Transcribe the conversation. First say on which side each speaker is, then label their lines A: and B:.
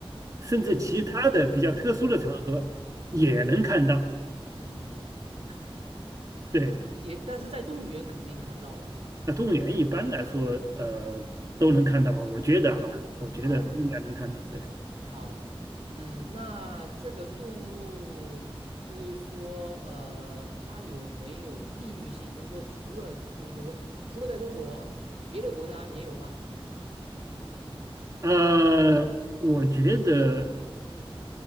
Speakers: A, on the right; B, on the right.
A: 甚至其他的比较特殊的场合也能看到。
B: 动物嗯嗯，也能看到，
A: 对，
B: 也但是在动物园肯定看得到吧？
A: 那动物园一般来说，呃，都能看到吧？我觉得哈，我觉得应该能看到。
B: 啊、
A: 对。
B: 好，嗯，那这个动物就是说，呃，它有没有地域性？就是说，除了就是说，除了在中国，别的国家也有吧？
A: 呃，我觉得